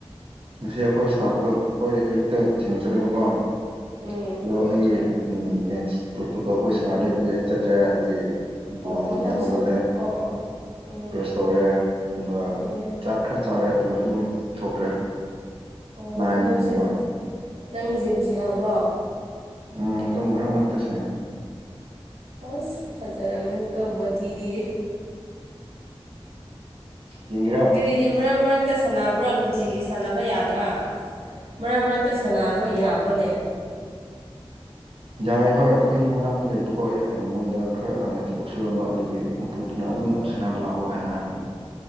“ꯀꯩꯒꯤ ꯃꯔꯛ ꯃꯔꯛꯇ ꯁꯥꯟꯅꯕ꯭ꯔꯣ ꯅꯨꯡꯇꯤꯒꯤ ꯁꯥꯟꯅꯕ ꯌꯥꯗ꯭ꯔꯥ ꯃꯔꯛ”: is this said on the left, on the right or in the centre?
Right